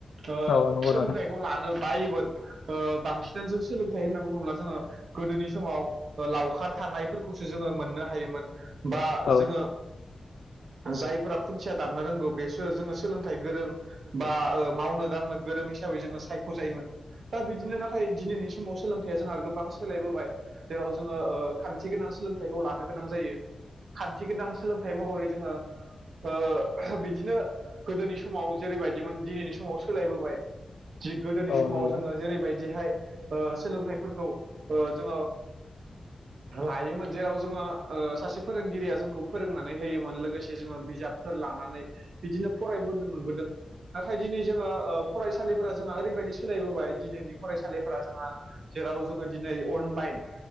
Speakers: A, on the right (about 85°); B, on the left (about 80°).
A: ओ
B: औ नंगौ
A: सोलोंथाइखौ
B: नोंथां
A: लानो बायोमोन ओ बांसिनानो जों सोलोंथाइ होनना बुङोब्ला जोङो गोदोनि समाव ओ लावखार थानायफोरखौसो जोङो मोननो हायोमोन। बा
B: औ
A: जोङो जायफोरा खुन्थिया दाननो रोंगौ बेसो जोङो सोलोंथाइ गोरों बा मावनो दांनो गोरों हिसाबै जोङो सायख'जायोमोन। दा बिदिनो नाथाय दिनैनि समाव सोलोंथाइया जोंहा गोबां सोलायबोबाय। जेराव जोङो ओ खान्थि गोनां सोलोंथाइखौ लानो गोनां जायो। खान्थि गोनां सोलोंथाइ महरै जोङो ओ बिदिनो गोदोनि समाव जेरैबायदिमोन दिनैनि समाव सोलायबोबाय। थिग गोदोनि
B: औ
A: समाव
B: नंगौ
A: जोङो जेरैबायदिहाय ओ सोलोंथाइफोरखौ ओ जोङो लायोमोन जेराव जोङो ओ सासे फोरोंगिरिया जोंखौ फोरोंनानै होयोमोन लोगोसे जोङो बिजाबफोर लानानै बिदिनो फरायबोनो मोनबोदों। नाथाय दिनै जोङो ओ फरायसालिफोरा जोंहा ओरैबायदि सोलायबोबाय दिनैनि फरायसालिफोरा जोंहा जेराव जोङो दिनै अनलाइन